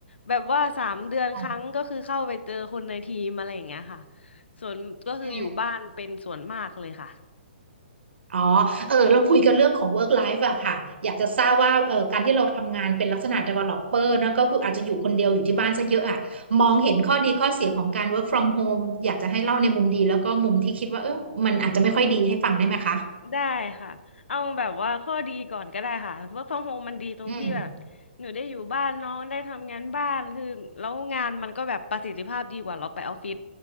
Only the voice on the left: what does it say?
แบบว่าสามเดือนครั้งก็คือเข้าไปเจอคนในทีมอะไรอย่างเงี้ยค่ะ
ส่วนก็คืออยู่บ้านเป็นส่วนมากเลยค่ะ
อืม ได้ค่ะ เอาแบบว่าข้อดีก่อนก็ได้ค่ะ work from home มันดีตรงที่แบบ
หนูได้อยู่บ้านเน้องได้ทำงานบ้านคือแล้วงานมันก็แบบประสิทธิภาพดีกว่าเราไปออฟฟิศ